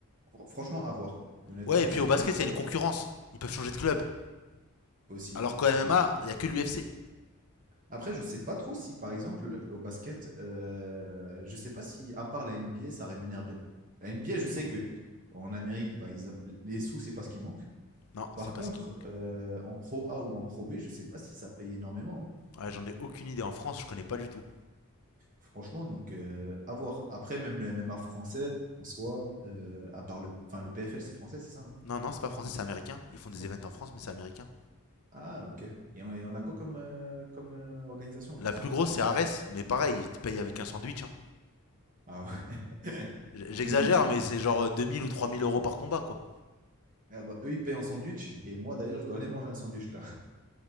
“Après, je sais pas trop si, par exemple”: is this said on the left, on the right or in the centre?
Right